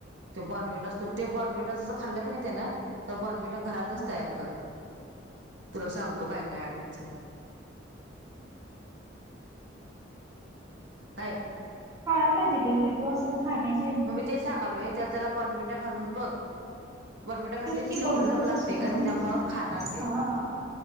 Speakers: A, on the right (about 75°); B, on the right (about 20°).
A: तो बोरविटा असतो. ते बॉर्नवेटा जर खाल्लं कानाही त्याना तर बॉर्नविटा घरातच
B: हा
A: तयार कर. तुला
B: हा
A: सांगतो काय काय आणायचं.
B: <inaudible>
A: काय?
B: करायला पाहिजे ग विधवा असत खाण्याची. <unintelligible>
A: मग मी ते सांगालोय त्यात जरा बोनॅविटा घालून बघ बर्मिटा घाट
B: तेच
A: <unintelligible>
B: की
A: चॉकलेट
B: बघतो
A: सारखं लागतेय
B: तसं
A: ग
B: करून
A: त्याच्यामुळं खाणार ते
B: हा